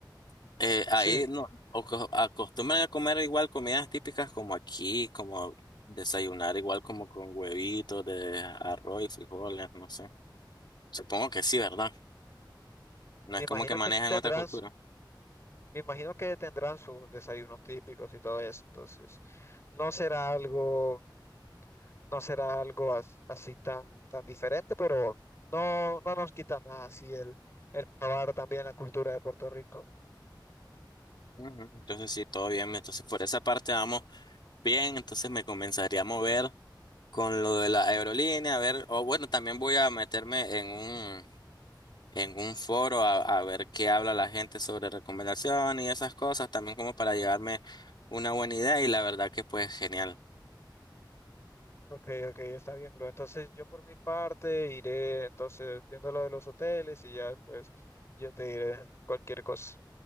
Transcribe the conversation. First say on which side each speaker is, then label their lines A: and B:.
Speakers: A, on the left; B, on the left.
A: eh, ahí
B: sí,
A: no o co- acostumbran a comer igual comidas típicas como aquí, como desayunar igual como con huevitos de arroz y frijoles, no sé. Supongo que
B: mm,
A: sí, ¿verdad? No
B: me
A: es
B: imagino
A: como que manejan
B: que tendrán,
A: otra cultura.
B: s- me imagino que tendrán sus desayunos típicos y todo eso. Entonces, no será algo, no será algo as- así tan, tan diferente, pero no, no nos quita nada así el, el probar también la cultura de Puerto Rico.
A: Ujú. Entonces sí, todo bien. Entonces por esa parte vamos bien. Entonces me comenzaría a mover con lo de la aerolínea, a ver, o bueno, también voy a meterme en un en un foro a, a ver qué habla la gente sobre recomendación y esas cosas, también como para llevarme una buena idea y la verdad que pues genial.
B: Ok, ok, está bien, bro. Entonces yo por mi parte iré entonces viendo lo de los hoteles y ya pues yo te diré cualquier cosa.